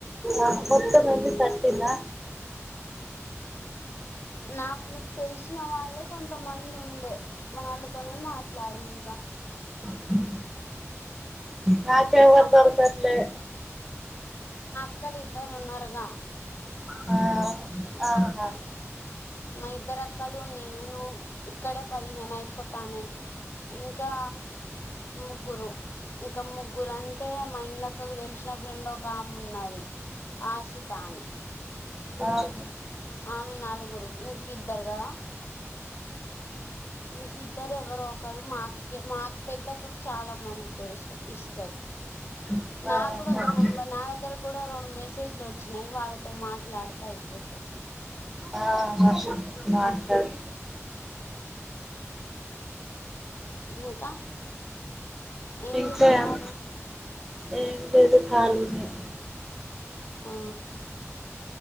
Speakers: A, in the centre; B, on the left (about 50°).
A: ఆహ్ బొట్టు పోయింది పట్టిందా.
B: నాకు తెలిసిన వాళ్ళే కొంతమంది ఉన్. ఉండే వాళ్ళతోనే మాట్లాడిన ఇగ.
A: ఉమ్. నాకెవ్వరూ దొరకట్లే.
B: పక్కలిద్దరు ఉన్నారుగా.
A: ఆ ఆహా
B: మా ఇద్దరు అక్కలు నేను ఇక్కడే పదిహేను అయిపోతనయ్ ఇంకా ముగ్గురు ఇంకా ముగ్గురు అంటే మా ఇందక్కకు తెలిసిన ఫ్రెండ్ ఒక ఆమె ఉన్నది ఆషితాని
A: ఆహా
B: ఆమె నాలుగురు ఇంక ఇద్దరు కదా ఇంక ఇద్దరు ఎవరు ఒకరు మా అక్కె మా పెద్ద అక్కకు చాలా మంది తెలుసు ఇస్తది
A: మాట్లాడు
B: నాకు గూడా ఒక నెంబర్ నా దగ్గర గూడా రెండు మెసేజ్లు వచ్చినయ్ వాళ్ళతో మాట్లాడితే అయిపోతది
A: ఆహా మాట్లడు
B: ఇంకా ఏం
A: ఇంకా
B: చేస్తున్నారు
A: ఏం ఏం లేదు ఖాళీనే
B: ఆ